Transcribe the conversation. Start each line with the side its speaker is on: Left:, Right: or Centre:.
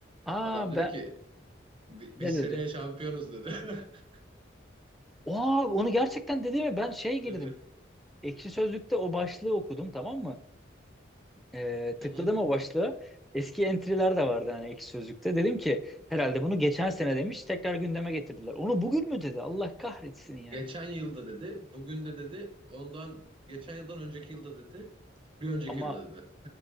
Centre: Aa
Right: Adam dedi
Centre: ben
Right: ki "Bi- biz
Centre: ne dedi?
Right: seneye şampiyonuz dedi. <laughs>
Centre: Aa onu gerçekten dedi mi? Ben şey girdim
Right: Dedi.
Centre: Ekşi Sözlük'te o başlığı okudum tamam mı? Ee, tıkladım
Right: Hı hı.
Centre: o başlığı. Eski entry'ler de vardı hani Ekşi Sözlük'te. Dedim ki herhalde bunu geçen sene demiş tekrar gündeme getirdiler. Onu bugün mü dedi? Allah kahretsin ya.
Right: Geçen yılda dedi. Bugün de dedi. Ondan geçen yıldan önceki yılda dedi. Bir önceki
Centre: Ama
Right: yılda dedi.